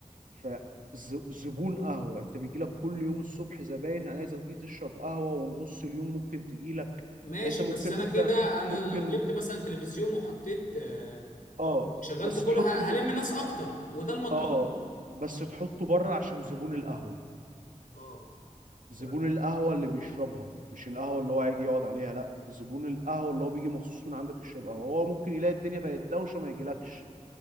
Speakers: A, on the right; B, on the left.
A: فزبون قهوة انت بيجيلك كل يوم الصبح زباين عايزة تيجي تشرب قهوة ونص اليوم ممكن تجيلك
B: ماشي
A: انت ممكن
B: بس انا
A: مثلا
B: كده انا
A: ممكن
B: لو جبت مثلا تلفزيون وحطيت آه،
A: اه
B: وشغلت
A: بس
B: كوره
A: تحطه
B: ه- هلم ناس اكتر وده المطلوب
A: اه بس تحطه بره عشان زبون القهوة
B: اه ف...
A: زبون القهوة اللي بيشربها مش القهوة اللي هو هيجي يقعد عليها لا زبون القهوة اللي هو بيجي مخصوص من عندك يشرب قهوة هو ممكن يلاقي الدنيا بقت دوشة ما يجيلكش